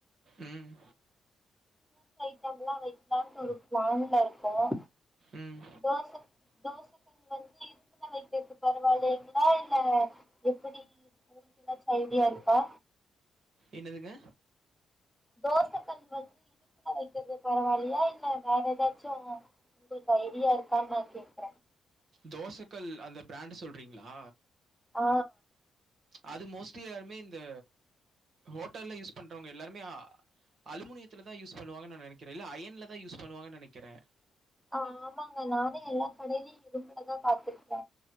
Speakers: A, on the right; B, in the centre.
A: ம்
B: ஸ்ட்ரைட் எல்லா வைக்கலான்ட்டு ஒரு பிளானனுல இருக்கும்
A: ம்.
B: தோச தோச கல்ல வந்து <unintelligible> வைக்கிறது பரவாயில்லேங்களா இல்ல எப்டி உங்களுக்கு எதாச்சும் ஐடியா இருக்கா
A: என்னதுங்க
B: தோச கல் வந்து இருப்புல வைக்கிறது பரவாயில்யா இல்ல வேற எதாச்சு உங்களுக்கு ஐடியா இருக்கான்னு நா கேக்குறே
A: தோசக்கல் அந்த பிராண்டு சொல்றீங்ளா
B: ஆ
A: அது மோஸ்ட்லி எல்லாருமே இந்த ஹோட்டல்ல யூஸ் பண்றவங்க எல்லாருமே ஆ அலுமுனியத்துலதா யூஸ் பண்ணுவாங்கனு நா நெனைக்கிறே இல்ல அயன்ல தா யுஸ் பண்ணுவாங்கனு நெனைக்கிறே
B: ஆ ஆமாங்க நானு எல்லா கடையிலயு இரும்புலதா பாத்துருக்க